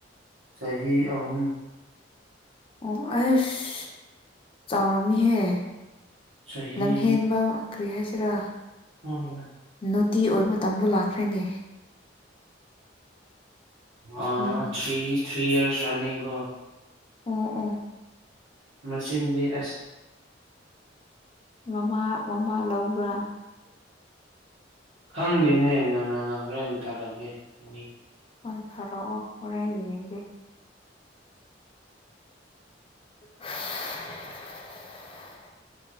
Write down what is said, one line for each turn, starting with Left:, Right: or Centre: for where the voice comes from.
Right: ꯆꯍꯤ ꯑꯍꯨꯝ꯫
Left: ꯑꯣ ꯑꯩꯁ ꯆꯥꯎꯔꯝꯅꯤꯍꯦ
Right: ꯆꯍꯤ
Left: ꯂꯝꯍꯦꯟꯕ ꯀ꯭ꯔꯤ ꯍꯥꯏꯁꯦꯔꯥ
Right: <unintelligible>
Left: ꯅꯣꯇꯤ ꯑꯣꯏꯕ ꯃꯇꯝꯗꯣ ꯂꯥꯛꯈ꯭ꯔꯦꯅꯦ꯫
Right: ꯑ
Left: ꯎꯝ
Right: ꯊ꯭ꯔꯤ ꯊ꯭ꯔꯤ ꯏꯌ꯭ꯔꯁ ꯔꯟꯅꯤꯡ ꯀꯣ꯫
Left: ꯑꯣ ꯑꯣ꯫
Right: ꯃꯆꯤꯟꯗꯤ ꯑꯁ
Left: ꯃꯃꯥ ꯃꯃꯥ ꯂꯧꯕ꯭ꯔꯥ꯫
Right: ꯈꯪꯗꯦꯅꯦ <unintelligible> ꯍꯧꯔꯦꯟ ꯊꯥꯔꯛꯀꯦ <unintelligible>
Left: ꯍꯣꯏ ꯊꯔꯛꯑꯣ ꯍꯣꯔꯦꯟ ꯌꯦꯡꯒꯦ꯫ <unintelligible>